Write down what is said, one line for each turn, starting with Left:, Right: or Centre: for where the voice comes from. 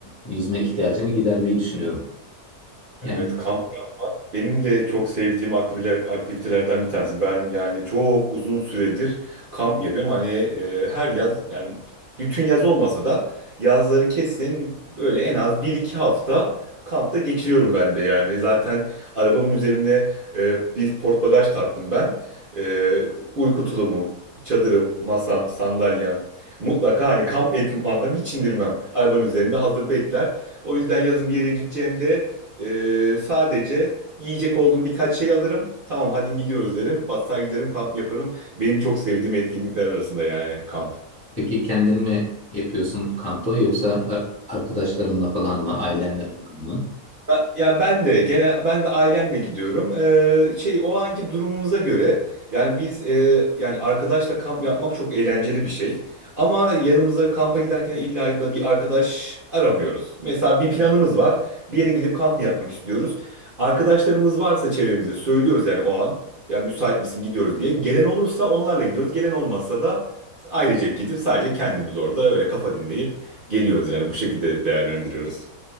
Left: yüzme ihtiyacını gidermeyi düşünüyorum. Yani
Right: Evet, kamp yapmak benim de çok sevdiğim aktiviteler, aktivitelerden bir tanesi. Ben yani çok uzun süredir kamp yapıyorum. Hani e, her yaz yani bütün yaz olmasa da yazları kesin böyle en az bir iki hafta kampta geçiriyorum ben de yani. Zaten arabamın üzerine e, bir port bagaj taktım ben. E, uyku tulumum, çadırım, masam, sandalyem. Mutlaka hani kamp ekipmanlarımı hiç indirmem. Arabanın üzerinde hazır bekler. O yüzden yazın bir yere gideceğimde ee, sadece yiyecek olduğum birkaç şey alırım. Tamam hadi gidiyoruz derim. Basar giderim kamp yaparım. Benim çok sevdiğim etkinlikler arasında yani kamp.
Left: peki kendin mi yapıyorsun kampı yoksa ar- arkadaşlarınla falan mı, ailenle falan mı?
Right: Ya ya ben de gene ben de ailemle gidiyorum. Ee, şey o anki durumumuza göre yani biz e, yani arkadaşla kamp yapmak çok eğlenceli bir şey. Ama yanımıza kampa giderken illa da bir arkadaş aramıyoruz. Mesela bir planımız var. Bir yere gidip kamp yapmak istiyoruz. Arkadaşlarımız varsa çevremizde söylüyoruz yani o an. Ya müsait misin gidiyoruz diye. Gelen olursa onlarla gidiyoruz. Gelen olmazsa da ailecek gidip sadece kendimiz orada öyle kafa dinleyip geliyoruz yani bu şekilde değerlendiriyoruz.